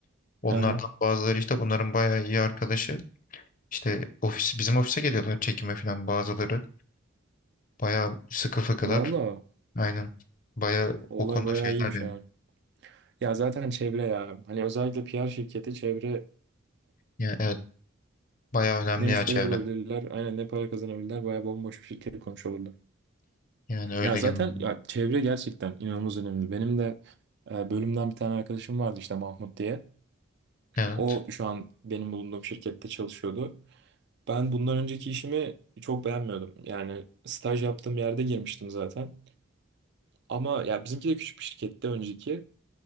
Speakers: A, on the left; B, on the right.
A: Onlardan
B: Hı hı.
A: bazıları işte bunların bayağı iyi arkadaşı. İşte ofis bizim ofise geliyorlar çekime filan bazıları. Bayağı sıkı fıkılar.
B: Valla.
A: Aynen. Bayağı
B: Olay
A: o konuda
B: bayağı
A: şeyler
B: iyiymiş
A: diyor.
B: ha. Ya zaten çevre ya. Hani özellikle PR şirketi çevre
A: Yani evet bayağı önemli
B: ne müşteri
A: ya çevre.
B: bulabilirler, aynen ne para kazanabilirler. Bayağı bomboş bir şirket kurmuş olurdu.
A: Yani öyle
B: Ya zaten
A: genel olarak.
B: ya çevre gerçekten inanılmaz önemli. Benim de e, bölümden bir tane arkadaşım vardı işte Mahmut diye.
A: Evet.
B: O şu an benim bulunduğum şirkette çalışıyordu. Ben bundan önceki işimi çok beğenmiyordum. Yani staj yaptığım yerde girmiştim zaten. Ama ya bizimki de küçük bir şirkette önceki.